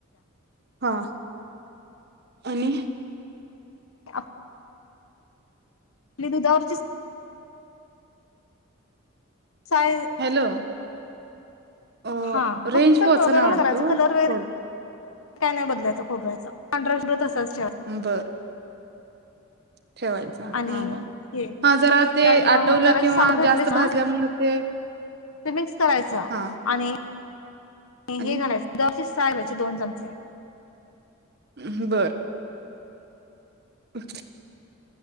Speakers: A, on the right; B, on the left.
A: हा आणि
B: <inaudible> ल द उ दवरचे साय
A: हॅलो अ
B: हा
A: रेंज
B: फक्त
A: पोहोचना
B: घरम
A: वाटतं
B: घरायचे कलर
A: ओ
B: वगरे
A: थोडं
B: काय नाही बदलायचं खोबरायचं पभ्रत असायच.
A: बरं. ठेवायच हा
B: आणि
A: हा
B: हे
A: हा जरा ते
B: त्या
A: आटवलं
B: जराशी
A: किंवा
B: साखर
A: जास्त
B: घातलीस ना
A: भाजल्यामुळे ते
B: ते मिक्स करायचा
A: हा.
B: आणि हे
A: आणि
B: गायचं. चायलाचे दोन चमचे
A: म् बर. ह.